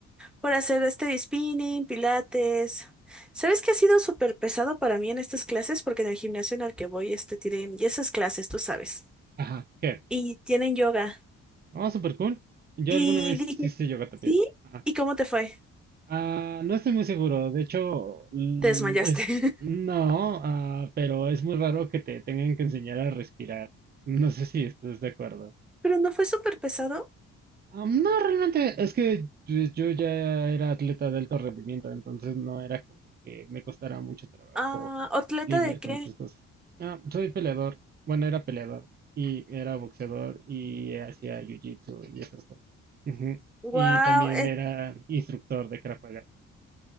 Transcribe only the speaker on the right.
ajá, ¿qué?
Ah, súper cool. Yo
alguna vez
sí hice yoga también.
Ajá.
Ah, no estoy muy seguro. De hecho, l-
es,
no, ah, pero es muy raro que te tengan que enseñar a respirar. No sé si estás de acuerdo.
Am, No, realmente es que pues, yo ya era atleta de alto rendimiento, entonces no era como que me costara mucho trabajo
lidiar
con esas cosas. Ah, soy peleador, bueno, era peleador y era boxeador y hacía jiu-jitsu y esas cosas. Ujú.
Y también era instructor de Krav Maga.